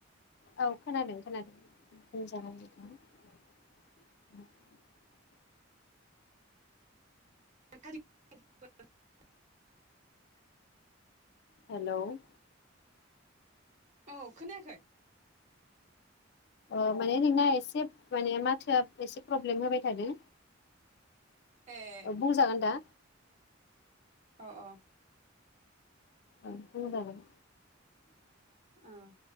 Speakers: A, on the left; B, on the right.
A: औ खोनादों खोनादों। जागोनखौ <unintelligible>
B: <unintelligible>
A: हेल'!
B: औ खोनायाखै?
A: अ माने नोंना एसे माने माथोआ एसे प्रब्लेम होबाय थादो।
B: ए
A: औ बुंजागोन दा?
B: अ अ।
A: ओ बुंजागोन।
B: ओं